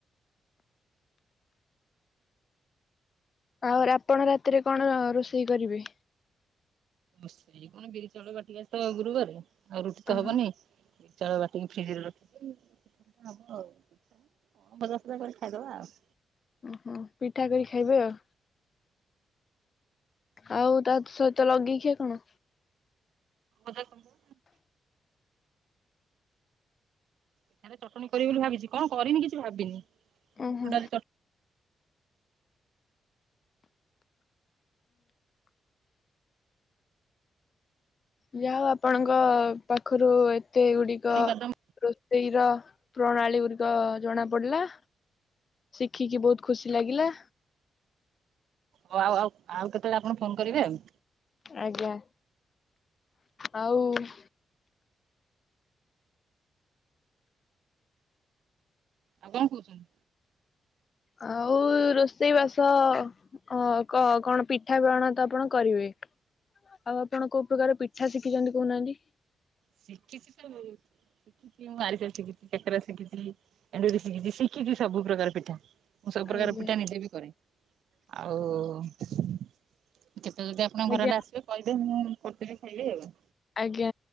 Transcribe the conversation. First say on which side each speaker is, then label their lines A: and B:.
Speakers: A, on the left (about 40°); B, on the right (about 80°).
A: ଆଉ ଆପଣ ରାତିରେ କଣ ରୋଷେଇ କରିବେ?
B: ସିଏ କଣ ବିରି ଚାଉଳ ବାଟିକି ଆଜିତ ଗୁରୁବାରେ ଆଉ ରୁଟି ତ
A: ଓହୋ
B: ହବନି ବିରି ଚାଉଳ ବାଟିକି ଫ୍ରିଜ ରେ ରଖିଛି ପିଠା ପିଠା ହବ ଆଉ। କଣ ଭଜା ଫଜା କରି ଖାଇଦବା ଆଉ।
A: ଉଁ ହୁଁ ପିଠା କରି ଖାଇବେ ଆଉ। ଆଉ ତା ସହିତ ଲଗେଇଖିଆ କଣ?
B: ଅଦା ଖଣ୍ଡ ପିଠାରେ ଚଟଣି କରିବି ବୋଲି ଭାବିଛି। କଣ କରିବି କିଛି ଭାବିନି। ଏ
A: ଓହୋ
B: ବୁଟଡାଲି ଚ
A: ଯାହା ହଉ ଆପଣଙ୍କ ପାଖରୁ ଏତେ ଗୁଡିକ
B: ଚଟଣି ବାଦାମ
A: ରୋ ଷେଇ ର ପ୍ରଣାଳୀ ଗୁଡିକ ଜଣା ପଡିଲା। ଶିଖିକି ବହୁତ ଖୁସି ଲାଗିଲା।
B: ହଉ ଆଉ ଆଉ ଆଉ କେତେବେଳେ ଆପଣ ଫୋନ କରିବେ ଆଉ।
A: ଆଜ୍ଞା, ହଉ
B: ଆଉ କଣ କହୁଛନ୍ତି?
A: ଆଉ ରୋଷେଇ ବାସ ଅ କ କଣ ପିଠା ପଣାତ ଆପଣ କରିବେ, ଆଉ ଆପଣ କୋଉ ପ୍ରକାର ପିଠା ଶିଖିଛନ୍ତି କହୁନାହାନ୍ତି।
B: ଶିଖିଛି ସବୁ। ସିକି ମୁଁ ଆରିସା ଶିଖିଛି କାକେରା ଶିଖିଛି ଏଣ୍ଡୁରି ଶିଖିଛି। ଶିଖିଛି ସବୁ ପ୍ରକାର ପିଠା। ମୁଁ ସବୁ ପ୍ରକାର
A: ଆଜ୍ଞା
B: ପିଠା ନିଜେ ବି କରେ, ଆଉ କେବେ ଯଦି ଆପଣ
A: ଆଜ୍ଞା
B: ଘରଆଡେ ଆସିବେ କହିବେ ମୁଁ କରିଦେବି ଖାଇବେ ଆଉ।
A: ଆଜ୍ଞା।